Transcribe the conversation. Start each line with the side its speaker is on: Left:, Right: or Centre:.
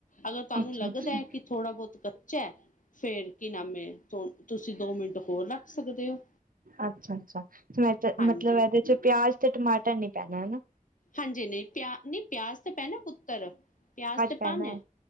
Left: ਅਗਰ ਤੁਹਾਨੂੰ
Right: ਅੱਛਾ-ਅੱਛਾ,
Left: ਲੱਗਦਾ ਹੈ ਕਿ ਥੋੜ੍ਹਾ ਬਹੁਤ ਕੱਚਾ ਹੈ ਫੇਰ ਕਿ ਨਾਮੇ ਤੁ ਤੁਸੀਂ ਦੋ ਮਿੰਟ ਹੋਰ ਰੱਖ ਸਕਦੇ ਹੋ।
Right: ਅੱਛਾ ਅੱਛਾ ਮੈਂ
Left: ਹਾਂਜੀ
Right: ਮਤਲਬ ਇਹਦੇ ਚ ਪਿਆਜ ਤੇ ਟਮਾਟਰ ਨੀ ਪੈਣਾ ਹਨਾ।
Left: ਹਾਂਜੀ ਨਹੀਂ ਪਿਆ ਨਹੀਂ ਪਿਆਜ ਤੇ ਪੈਣਾ ਪੁੱਤਰ ਪਿਆਜ ਤੇ
Right: ਪੈਣਾ
Left: ਪਾਨ
Right: ਹੈ